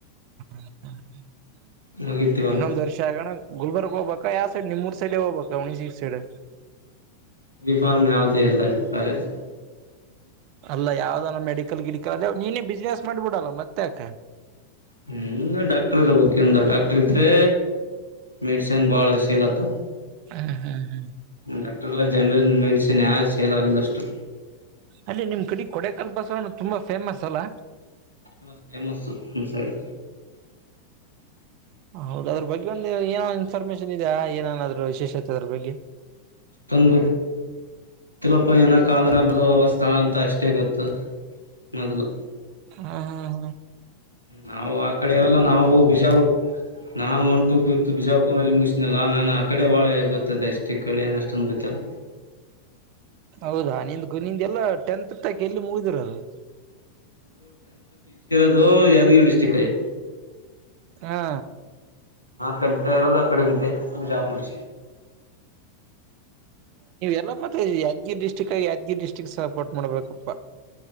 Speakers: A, on the right; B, on the left.
A: <inaudible>
B: ಮುಗಿತಿವಾಗ
A: ಇನ್ನೊಂದ್ ವರ್ಷ ಆಗಣ ಗುಲ್ಬರ್ಗ್ ಹೋಗ್ಬಾಕ ಯಾವ ಸೈಡ್ ನಿಮೂರ್ ಸೈಡೆ ಹೋಗ್ಬಕ ಹುಣಸಗಿ ಸೈಡ್
B: ಇನ್ ಫಾರ್ಮ್ ಯಾವುದಿಲ್ಲ ಕಾಲೇಜ್
A: ಅಲ್ಲ ಯಾವ್ದಾನ ಮೆಡಿಕಲ್ ಗಿಡಿಕಲ್ ಅಂದ್ರ ನೀನೇ ಬಿಸ್ನೆಸ್ ಮಾಡ್ಬಿಡಲ್ಲ ಮತ್ತೆ ಆಕೆ
B: ಹ್ಮ್ ಡಾಕ್ಟರ್ ಇರಬೇಕೆಂದ ಡಾಕ್ಟರ್ ಇದ್ರೆ ಮೆಡಿಷೆನ್ ಬಾಳ ಸೇಲಾತ್ತವು
A: ಹ್ಮ್ ಹ್ಮ್ ಹ್ಮ್
B: ಡಾಕ್ಟರ್ಯಿಲ್ಲ ಜನರಲ್ ಮೆಡಿಷಿನ್ ಯಾರ್ ಸೇಲಾಗದಷ್ಟು
A: ಅಲ್ಲಿ ನಿಮ್ ಕಡೆ ಕೊಡೆಕಲ್ ಬಸ್ವಣ್ಣ ತುಂಬಾ ಫೇಮಸ್ ಅಲ್ಲಾ
B: ಫೇಮಸ್ ಫೇಮಸ್ಸು ನಮ್ ಸೈಡು
A: ಹೌದ ಅದ್ರ ಬಗ್ಗೆ ಒಂದ್ ಏನೋ ಇನ್ಫಾರ್ಮೇಶನ್ ಇದೆಯಾ ಏನನಾದ್ರು ಷ್ ಎಷ್ಟೊತ್ ಅವರ ಬಗ್ಗೆ
B: ನಮ್ಗ್ಯಾಡ್ ತಂದ ಬುಡಿ ಗೊತ್ತಿಲ್ಲಪ್ಪ ಕಾಲ ಬರೆದ ಸ್ಥಳ ಅಂತ ಅಷ್ಟೇ ಗೊತ್ತು ಮೊದ್ಲು
A: ಹಾ ಹಾ ಹಾ
B: ನಾವು ಆ ಕಡೆ ಈರಲ್ಲಾ ನಾವು ಬಿಜಾಪುರ್ ನಾ ಅಂತು ತು ತು ಬೀಜಾಪುರಲ್ಲಿ ಮುಸಿನಿ ನಾನ ನಾ ಆ ಕಡೆ ಭಾಳ ಗೊತ್ತದೆ ಇಸ್ಟಿಕಡೆ ಎನ್ ಅಷ್ಟೊಂದು ಗೊತ್ತಿಲ್ಲ
A: ಹೌದಾ ನಿಂದೂ ನಿಂದ ಎಲ್ಲಾ ಟೆಂತ್ ತಕ್ ಎಲ್ಲಿ ಮುಗಿದಿರದು
B: ಅದು ಯಾದಗಿರಿ ಡಿಸ್ಟ್ರಿಕ್ ಯ್
A: ಹಾ
B: ಕಲ್ತಾ ಇರೋದು ಅ ಕಡೆ ವಿದ್ದೆ ಬೀಜಾಪುರ್ ಡಿಸ್ಟಿಕ್
A: ಅಲ್ಲ ಮತ್ತೆ ಯಾದ್ಗಿರ್ಡ್ಟ್ರಿಕ್ ಆಗ ಯಾದಗಿರಿ ಡಿಸ್ಟ್ರಿಕ್ ಸಪೋರ್ಟ್ ಮಾಡ್ಬೇಕಪ್ಪಾ